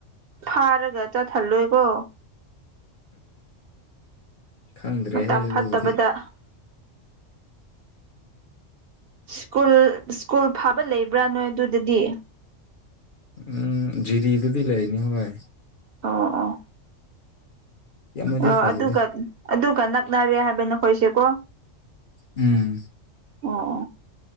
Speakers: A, on the right; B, on the left.
A: ꯐꯥꯔꯒ ꯆꯠꯍꯜꯂꯣꯏꯀꯣ
B: ꯈꯪꯗ꯭ꯔꯦꯍꯦ
A: ꯃꯇꯝ
B: ꯑꯗꯨꯕꯨꯗꯤ
A: ꯐꯠꯇꯕꯗ ꯁ꯭ꯀꯨꯜ ꯁ꯭ꯀꯨꯜ ꯐꯥꯕ ꯂꯩꯕ꯭ꯔꯥ ꯅꯣꯏ ꯑꯗꯨꯗꯗꯤ
B: ꯎꯝ ꯖꯤꯔꯤ ꯗꯗꯤ ꯂꯩꯕꯅꯤ ꯍꯣꯏ
A: ꯑꯣ ꯑꯣ
B: ꯌꯥꯝꯅꯗꯤ
A: ꯑꯣ
B: ꯐꯗꯦꯗ
A: ꯑꯗꯨꯒ ꯑꯗꯨꯒ ꯅꯛꯅꯔꯦ ꯍꯥꯏꯕ ꯅꯈꯣꯏꯁꯦꯀꯣ
B: ꯎꯝ
A: ꯑꯣ ꯑꯣ